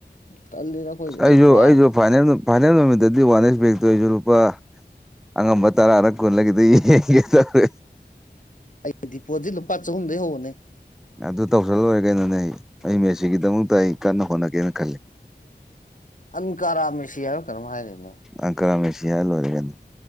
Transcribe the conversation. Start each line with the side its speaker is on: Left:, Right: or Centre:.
Left: ꯇꯜꯂꯤꯗ ꯑꯩꯈꯣꯏ ꯑꯩ
Centre: ꯑꯩꯁꯨ
Left: ꯖ꯭ꯋꯥꯔꯅꯦ
Centre: ꯑꯩꯁꯨ ꯐꯥꯏꯅꯦꯜ ꯐꯥꯏꯅꯦꯜ ꯅꯨꯃꯤꯠꯗꯤ ꯋꯥꯟ ꯑꯦꯁ ꯕꯦꯛꯇ ꯑꯩꯁꯨ ꯂꯨꯄꯥ ꯑꯉꯝꯕ ꯇꯔꯥꯔ ꯀꯨꯟꯂ ꯈꯤꯠꯇ ꯌꯦꯡ ꯇꯧ
Left: ꯑꯩ ꯗꯤꯄꯣꯖꯤ ꯂꯨꯄꯥ ꯆꯍꯨꯝꯗꯩ ꯍꯧꯕꯅꯦ
Centre: ꯑꯗꯨ ꯇꯧꯁꯜ ꯂꯣꯏꯔꯦ ꯀꯩꯅꯣꯅꯦ ꯑꯩ ꯃꯦꯁꯤꯒꯤꯗꯃꯛꯇ ꯑꯩ ꯀꯟꯅ ꯍꯣꯠꯅꯒꯦꯅ ꯈꯜꯂꯤ
Left: ꯑꯟꯀꯥꯔꯥ ꯃꯦꯁꯤ ꯍꯥꯏꯕ ꯀꯩꯅꯣꯝ ꯍꯥꯏꯗꯥꯢꯅꯦ
Centre: ꯑꯪꯀꯔꯥ ꯃꯦꯁꯤꯌ ꯍꯥꯢꯔ ꯂꯣꯔꯦ ꯀꯩꯅꯣ